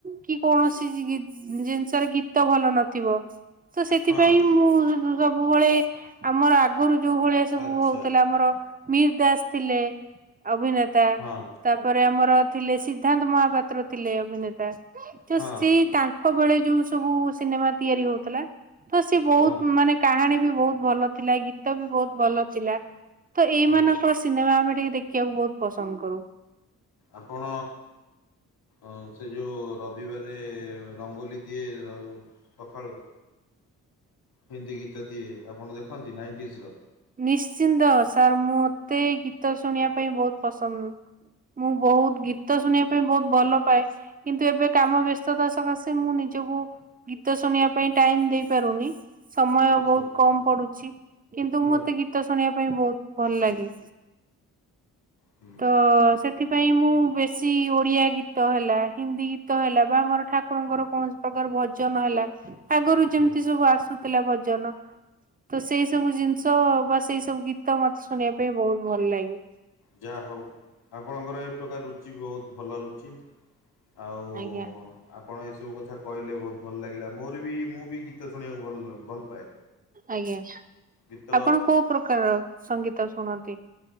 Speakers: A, on the right (about 20°); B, on the left (about 65°).
A: କି କୌଣସି ଜି ଜିନିଷର ଗୀତ ଭଲ ନଥିବ ତ ସେଥିପାଇଁ
B: ହଁ
A: ମୁଁ ସ ସବୁବେଳେ ଆମର ଆଗରୁ ଯୋଉ ଭଳିଆ ସବୁ
B: ଆଚ୍ଛା
A: ହଉଥିଲା ଆମର ମିହିର ଦାସ ଥିଲେ ଅଭିନେତା
B: ହଁ
A: ତାପରେ ଆମର ଥିଲେ ସି ନ୍ଧାନ୍ତ ମହାପାତ୍ର ଥିଲେ ଅଭିନେତା ତ
B: ହଁ
A: ସେଇ ତାଙ୍କ ବେଳେ ଯୋଉ ସବୁ ସିନେମା ତିଆରି ହଉଥିଲା ତ ସେ ବହୁତ
B: ହଁ
A: ମାନେ କାହାଣୀ ବି ବହୁତ ଭଲ ଥିଲା ଗୀତ ବି ବହୁତ ଭଲ ଥିଲା ତ ଏଇ
B: ହଁ
A: ମାନଙ୍କ ସିନେମା ଆମେ ଟିକେ ଦେଖିବାକୁ ବହୁତ ପସନ୍ଦ କରୁ।
B: ଆପଣ ହଁ ସେ ଯୋଉ ରବିବାରେ ରଙ୍ଗୋଲି ଦିଏ ସକାଳୁ ହିନ୍ଦୀ ଗୀତ ଦିଏ ଆ ପଣ ଦେଖନ୍ତି ନାଇଣ୍ଟିଜର।
A: ନିଶ୍ଚିନ୍ତ ସାର ମୁଁ ମତେ ଗୀତ ଶୁଣିବା ପାଇଁ ବହୁତ ପସନ୍ଦ ମୁଁ ବହୁତ ଗୀତ ଶୁଣିବା ପାଇଁ ବହୁତ ଭଲ ପାଏ କିନ୍ତୁ ଏବେ କାମ ବ୍ୟସ୍ତତା ସକାଶେ ମୁଁ ନିଜକୁ ଗୀତ ଶୁଣିବା ପାଇଁ ଟାଇମ ଦେଇପାରୁନି। ସମୟ
B: ଅଛି
A: ବହୁତ କମ ପଡୁଛି କିନ୍ତୁ
B: ହଁ
A: ମୁଁ ଗୀତ ଶୁଣିବା ପାଇଁ ବହୁତ ଭଲ ଲାଗେ।
B: ହୁଁ
A: ତ ସେଥିପାଇଁ ମୁଁ ବେଶୀ ଓଡିଆ ଗୀତ ହେଲା ହିନ୍ଦୀ ଗୀତ ହେଲା ବା ମୋର ଠାକୁରଙ୍କର କୌଣସି ପ୍ରକାର ଭଜନ ହେଲା ଆଗରୁ ଯେମିତି
B: ହଁ
A: ସବୁ ଆସୁଥିଲା ଭଜନ ତ ସେଇ ସବୁ ଜିନିଷ ବା ସେଇ ସବୁ ଗୀତ ମତେ ଶୁଣିବା ପାଇଁ ବହୁତ ଭଲ ଲାଗେ।
B: ଯାହା ହଉ ଆପଣଙ୍କର ଏ ପ୍ରକାର ରୁଚି ବହୁତ ଭଲ ରୁଚି ଆଉ
A: ଆଜ୍ଞା।
B: ଆପଣ ଏସବୁ କଥା କହିଲେ ବହୁତ ଭଲ ଲାଗିଲା ମୋର ବି ମୁଁ ବି ଗୀତ ଶୁଣିବାକୁ ଭଲ ଭଲ ପାଏ।
A: ଆଜ୍ଞା
B: ଗୀତ
A: ଆପଣ କୋଉ ପ୍ରକାରର ସଙ୍ଗୀତ ଶୁଣନ୍ତି?